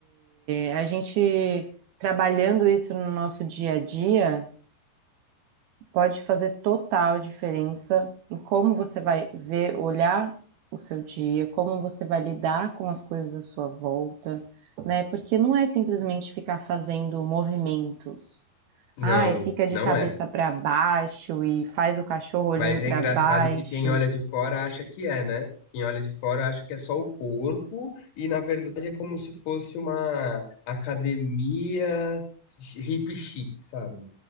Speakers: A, on the right (about 75°); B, on the left (about 85°).
A: eh, a gente trabalhando isso no nosso dia a dia, pode fazer total diferença em como você vai ver, olhar o seu dia, como você vai lidar com as coisas à sua volta, né? Porque não é simplesmente ficar fazendo movimentos.
B: Não,
A: Ai, fica de
B: não
A: cabeça
B: é.
A: para baixo e faz o cachorro olhando
B: Mas
A: para
B: é engraçado
A: baixo.
B: que quem olha de fora acha que é, né? Quem olha de fora acha que é só o corpo e, na verdade, é como se fosse uma academia hip chique, sabe?